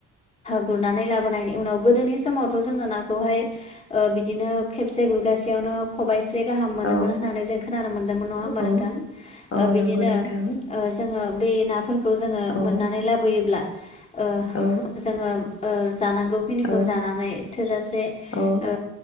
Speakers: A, on the left; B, on the left.
A: गुरनानै लाबोनायनि उनाव गोदोनि समाव थ' जोङो नाखौहाय ओ बिदिनो खेबसे गुर गासेयावनो खबाइस से गाहाम मोनोमोन
B: औ
A: होननानै जों खोनानो मोन्दोंमोन नङा होमबा
B: औ
A: नोंथां?
B: औ
A: ओ बिदिनो
B: नंगौ नोंथां
A: ओ जोङो बे नाफोर खौ जोङो
B: औ
A: मोननानै लाबोयोब्ला ओ
B: औ
A: जोङो ओ जानांगौखिनिखौ
B: औ
A: जानानै थोजासे
B: औ
A: ओ